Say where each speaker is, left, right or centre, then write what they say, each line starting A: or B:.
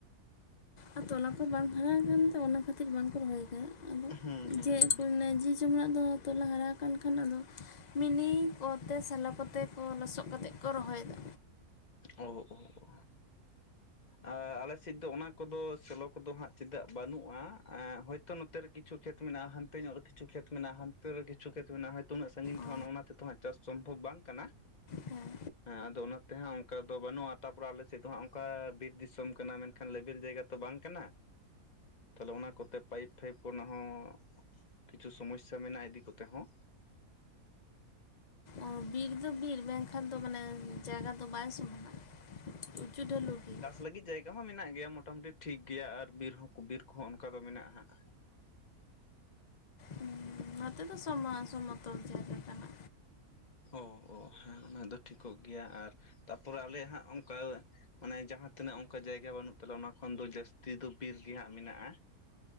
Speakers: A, on the left; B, on the left.
A: ᱟ ᱛᱚᱞᱟ ᱠᱚ ᱵᱟᱝ ᱦᱟᱨᱟ ᱠᱟᱱ ᱛᱮ, ᱚᱱᱟ ᱠᱷᱟᱹᱛᱤᱨ ᱵᱟᱝᱠᱚ ᱨᱚᱦᱚᱭ ᱠᱟᱫᱟ! ᱟᱫᱚ
B: ᱦᱩᱸ ᱦᱩᱸ
A: ᱡᱮ
B: ᱦᱩᱸ
A: ᱯᱮᱱᱮ ᱡᱮ-ᱡᱮᱢᱚᱱᱟᱜ ᱫᱚ ᱛᱚᱞᱟ ᱦᱟᱨᱟ ᱟᱠᱟᱱ ᱠᱷᱟᱱ ᱟᱫᱚ ᱢᱤᱱᱤ ᱠᱚᱛᱮ, ᱥᱮᱞᱚ ᱠᱚᱛᱮ ᱠᱚ, ᱞᱚᱥᱚᱜ ᱠᱟᱛᱮᱜ ᱠᱚ ᱨᱚᱦᱚᱭᱮᱫᱟ᱾
B: ᱳ-ᱳ-ᱳ᱾ ᱟ ᱟᱞᱮ ᱥᱮᱡ ᱫᱚ, ᱚᱱᱟ ᱠᱚᱫᱚ, ᱥᱮᱞᱚ ᱠᱚᱫᱚ, ᱦᱟᱸᱜ ᱪᱮᱫᱟᱜ ᱵᱟᱹᱱᱩᱜᱼᱟ, ᱦᱚᱭ ᱛᱚ ᱱᱚᱛᱮᱨᱮ ᱠᱤᱷᱩ ᱠᱷᱮᱛ ᱢᱮᱱᱟᱜᱼᱟ, ᱦᱟᱱᱛᱮ ᱧᱚᱜ ᱨᱮ ᱠᱤᱪᱷᱩ ᱠᱷᱮᱛ ᱢᱮᱱᱟᱜᱼᱟ, ᱦᱟᱱᱛᱮ ᱨᱮ ᱠᱤᱪᱷᱩ ᱠᱷᱮᱛ ᱢᱮᱱᱟᱜᱼᱟ, ᱦᱳᱭᱛᱚ ᱩᱱᱟᱹᱜ ᱥᱟᱺᱜᱤᱱ ᱛᱮᱦᱚᱸ
A: ᱚ
B: ᱱᱚᱜᱼᱚ ᱱᱟ ᱛᱮᱛᱚᱦᱟᱸᱜ ᱪᱟᱥ ᱥᱚᱢᱵᱷᱚᱵᱽ ᱵᱟᱝ ᱠᱟᱱᱟ᱾
A: ᱦᱮᱸ
B: ᱮᱸ ᱟᱫᱚ ᱚᱱᱟᱛᱮᱦᱟᱸᱜ ᱚᱝ- -ᱠᱟ ᱫᱚ ᱵᱟᱱᱩᱜᱼᱟ᱾ ᱛᱟᱯᱚᱨᱮ ᱟᱞᱮ ᱥᱮᱫ ᱫᱚ ᱦᱟᱸᱜ ᱚᱝᱠᱟ ᱵᱤᱨ ᱫᱤᱥᱚᱢ ᱠᱟᱱᱟ, ᱢᱮᱱᱠᱷᱟᱱ ᱞᱮᱵᱮᱞ ᱡᱟᱭᱜᱟ ᱛᱚ ᱵᱟᱝ ᱠᱟᱱᱟ᱾ ᱛᱟᱞᱮ ᱚᱱᱟ ᱠᱚᱛᱮ ᱯᱟᱭᱤᱯ-ᱯᱷᱟᱭᱤᱯ ᱠᱚᱨᱮ ᱱᱟᱜ ᱦᱚᱸ ᱠᱤᱪᱷᱩ ᱥᱚᱢᱚᱥᱥᱟ ᱢᱮᱱᱟᱜᱼᱟ, ᱤᱫᱤ ᱠᱚᱛᱮ ᱦᱚᱸ!
A: ᱚ ᱵᱤᱨ ᱫᱚ, ᱵᱤᱨ ᱢᱮᱝᱠᱷᱟᱱ ᱫᱚ ᱢᱟᱱᱮ ᱡᱟᱭᱜᱟ ᱫᱚ ᱵᱟᱭ ᱥᱚᱢᱟᱱᱟ, ᱩᱪᱩ ᱰᱷᱟᱹᱞᱩ ᱜᱮᱭᱟ!
B: ᱞᱟᱹᱜᱤᱜ ᱡᱟᱭᱜᱟ ᱦᱚᱸ ᱢᱮᱱᱟᱜ ᱜᱮᱭᱟ, ᱢᱳᱴᱟᱢᱩᱴᱤ ᱴᱷᱤᱠ ᱜᱮᱭᱟ ᱟᱨ ᱵᱤᱨ ᱦᱚᱸ, ᱵᱤᱨ ᱠᱚᱦᱚᱸ ᱚᱱᱠᱟ ᱫᱚ ᱢᱮᱱᱟᱜᱼᱟ ᱦᱟᱸᱜ᱾
A: ᱦᱩᱸ, ᱱᱚᱛᱮ ᱫᱚ ᱥᱚᱢᱟ, ᱥᱚᱢᱚᱛᱚᱞ ᱡᱟᱭᱜᱟ ᱠᱟᱱᱟ᱾
B: ᱚ-ᱚ, ᱦᱮᱸ ᱚᱱᱟ ᱫᱚ ᱴᱷᱤᱠᱚᱜ ᱜᱮᱭᱟ ᱟᱨ ᱛᱟᱯᱚᱨᱮ ᱟᱞᱮᱭᱟᱜ ᱦᱟᱸᱜ ᱚᱝᱠᱟ ᱢᱟᱱᱮ ᱡᱟᱦᱟᱸ ᱛᱤᱱᱟᱹᱜ ᱚᱝᱠᱟ ᱡᱟᱭᱜᱟ ᱵᱟᱹᱱᱩᱜ ᱛᱟᱞᱮ, ᱚᱱᱟ ᱠᱷᱚᱱ ᱫᱚ, ᱡᱟᱹᱥᱛᱤ ᱫᱚ ᱵᱤᱨ ᱜᱮᱦᱟᱸᱜ ᱢᱮᱱᱟᱜᱼᱟ᱾